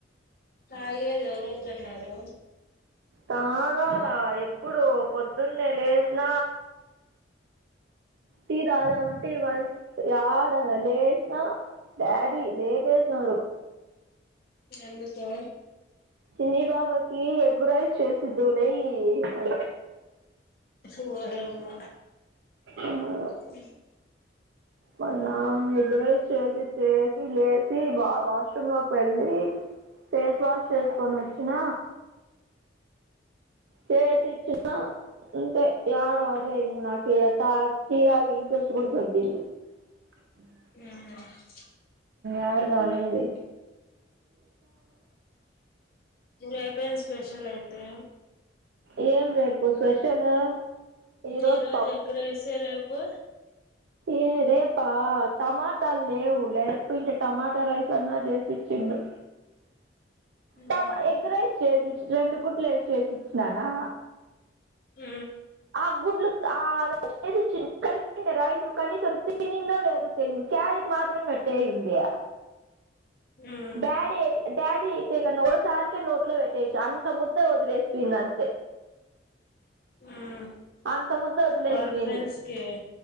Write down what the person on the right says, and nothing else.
తాగాల ఎప్పుడు పొద్దున్నే లేసిన టీ తాగుదాం అంటే ఇవా యాడ లేసిన డాడీ లేవేస్నాడు
చిన్ని బాబాకి ఎగగురైస్ చేసిద్లై అం
అమ్మ
మళ్ళా ఎగరైస్ చేసి చేసి లేచి బ వాష్రూమ్ లోకి వెళ్ళి ఫేస్ వాష్ చేసుకొని వచ్చిన చేసిచ్చిన ఇంతే యాడ ఆడే ఇంగా నాకి అట్ట తీర ఇంట్రెస్ట్ కూడా దొబ్బింది. ఆ
ఏడ దానిది
ఏం రేపు స్పెషల్? ఈ రోజు
పప్పు
ఏ రేపా టమాటాలు లేవు లేకపోయింటే టమాటా రైస్ అన్నా చేసిచ్చిండు.
టమ ఎగ్గరైస్ చేసిచ్చ రెండు గుడ్లుఏసి చేసిచ్చిననా
ఆ గుడ్లు ఆ లక్ చేసిచ్చి కరెక్ట్ రైస్ కనీసం తినిందో లేదో తెలీదు క్యారెట్ మాత్రం కట్టెయింది.
డాడీడ్ డాడీ అయితే గన ఓసారికే నోట్ లో పెట్టేయొచ్చు అంత ముద్ద వదిలేసిపోయింది అంతే
అంత ముద్ద వదిలేసిపోయింది